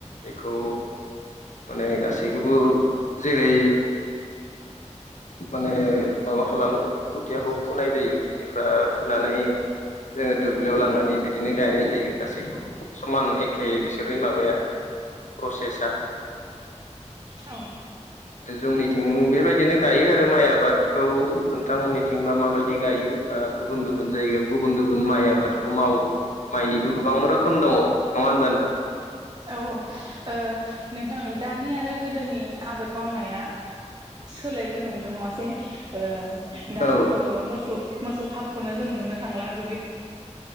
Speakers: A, on the left (about 80°); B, on the right (about 35°).
A: बेखौ माने गासैखौबो जेरै माने माबा खालामो खोथियाखौ फुनाय जायो बेनिफ्राय फुनानै जोङो दुब्लियाव लांनानै बिदिनो गायनाय जायो गासैखौबो समान एखे बिसोरनि माबाया प्रसेसा
B: औ
A: जोंनिथिं बेबायदिनो गायो आरो माइ आबादखौ नोंथांनिथिंबा माबायदि गायो बा गुबुन गुबुन गुबुन जायगायाव गुबुन गुबुन माइ आबादखौ मावो माइनिबो गोबां रोखोम दङ नङा होनबा नोंथां
B: औ औ ओ नों दानि आरो गोदोनि आबाद मावनाया सोलायबोनो हमदों नङासै ओम दानाथ'
A: औ
B: मोसौ मोसौ हालखौनो जों नुनो थांला दुब्लि